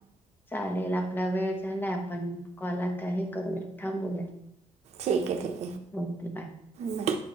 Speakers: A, on the left; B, on the right.
A: चालेल आपला वेळ झालाय आपण कॉल आता हे करूया थांबूया.
B: ठीक आहे ठीक आहे.
A: Okay bye.
B: बाय